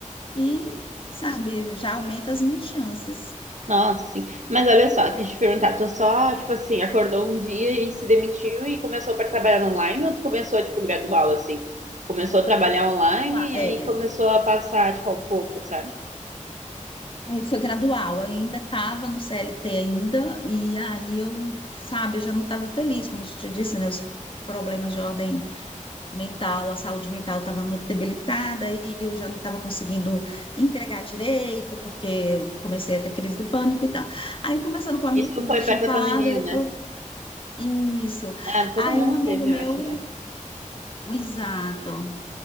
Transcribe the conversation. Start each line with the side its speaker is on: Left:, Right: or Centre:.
Left: e, sabe, já aumenta as minhas chances.
Right: Nossa, sim. Mas olha só, deixa eu te perguntar, tu só, tipo assim, acordou um dia e se demitiu e começou para trabalhar online ou tu começou, tipo, gradual, assim? Começou a trabalhar online
Left: Ah,
Right: e
Left: É,
Right: aí começou a passar, tipo, ao pouco, sabe?
Left: foi gradual, eu ainda estava no CLT ainda, e aí eu, sabe, eu já não estava feliz, como eu te disse, né, os problemas de ordem mental, a saúde mental estava muito debilitada e eu já não estava conseguindo entregar direito, porque eu comecei a ter crise do pânico e tal. Aí, conversando com um amigo,
Right: Isso
Left: como
Right: foi
Left: eu já tinha
Right: perto da
Left: falado,
Right: pandemia,
Left: ele
Right: né?
Left: falou, isso.
Right: Ah, todo
Left: Aí
Right: mundo
Left: um amigo
Right: teve,
Left: meu
Right: eu acho, né?
Left: Exato.